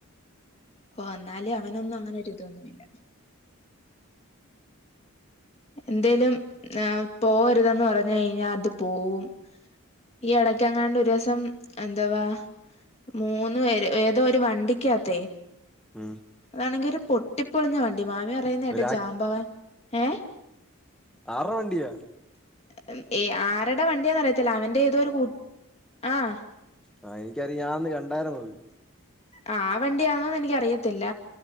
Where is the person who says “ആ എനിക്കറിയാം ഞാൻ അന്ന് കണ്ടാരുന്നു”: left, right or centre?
Centre